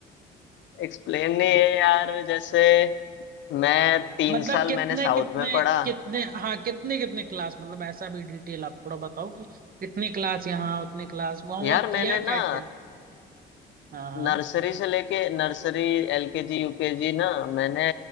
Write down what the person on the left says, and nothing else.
एक्सप्लेन नहीं है यार जैसे मैं तीन
साल
मैंने साउथ
में पढ़ा
यार
मैंने ना
नर्सरी से लेके नर्सरी एलकेजी यूकेजी ना मैंने